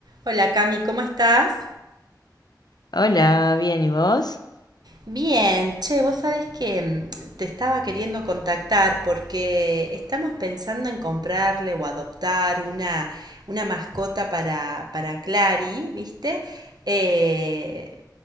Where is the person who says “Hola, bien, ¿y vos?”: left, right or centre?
Left